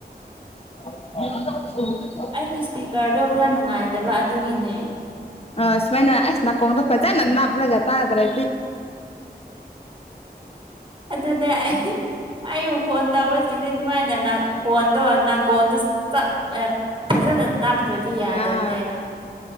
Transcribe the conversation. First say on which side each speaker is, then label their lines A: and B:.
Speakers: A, on the left; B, on the right.
A: <inaudible>
B: ꯑꯩꯒꯤ ꯏꯁꯄꯤꯀꯔꯗꯣ ꯈꯔ ꯅꯨꯡꯉꯥꯏꯇꯕ ꯑꯗꯨꯒꯤꯅꯦ
A: ꯑꯥ ꯁꯨꯃꯥꯏꯅ ꯑꯁ ꯅꯥꯀꯣꯡꯗ ꯐꯖꯅ ꯅꯥꯞꯔꯒ ꯇꯥꯗ꯭ꯔꯗꯤ
B: ꯑꯗꯨꯅꯦ ꯑꯩ ꯑꯩꯕꯨ ꯐꯣꯟ ꯇꯧꯕꯖꯤꯟꯅꯦ ꯑꯗꯨꯃꯥꯏꯅ ꯐꯣꯟꯗꯣ ꯅꯥꯀꯣꯟꯗ ꯆꯞ ꯑ ꯐꯖꯅ ꯅꯥꯞꯇ꯭ꯔꯗꯤ ꯌꯥꯗꯕꯅꯦꯕ
A: ꯑꯥ